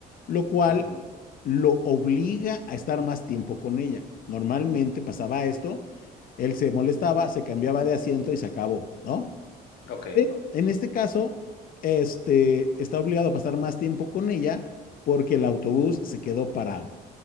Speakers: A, on the left (about 55°); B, on the left (about 75°).
A: lo cual
B: <laughs> Ujú,
A: lo obliga a estar más tiempo con ella. Normalmente pasaba esto, él se molestaba, se cambiaba de asiento y se acabó, ¿no?
B: Ok.
A: Pero en este caso, este está obligado a pasar más tiempo con ella porque el autobús se quedó parado,